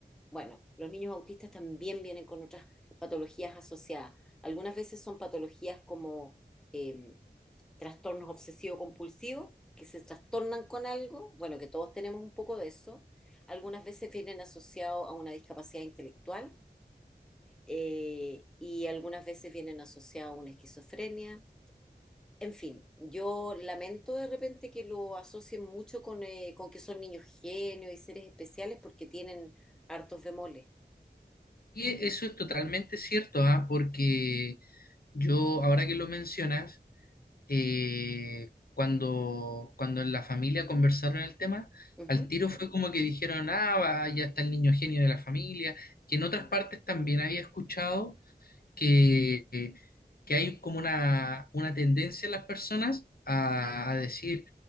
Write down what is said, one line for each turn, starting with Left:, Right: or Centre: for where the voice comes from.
Centre: Bueno, los niños autistas también vienen con otras patologías asociadas. Algunas veces son patologías como... em, trastornos obsesivo-compulsivos, que se trastornan con algo, bueno, que todos tenemos un poco de eso. Algunas veces vienen asociados a una discapacidad intelectual eh, y algunas veces vienen asociados a una esquizofrenia. En fin, yo lamento de repente que lo asocien mucho con, eh, con que son niños genios y seres especiales porque tienen hartos bemoles.
Left: Y e- eso es totalmente cierto, ¿ah? Porque yo, ahora que lo mencionas, eh, cuando, cuando en la familia conversaron el tema,
Centre: Ujú.
Left: al tiro fue como que dijeron, ah, va, ya está el niño genio de la familia, que en otras
Centre: No,
Left: partes también había escuchado que, eh, que hay como una, una tendencia en las personas a, a decir,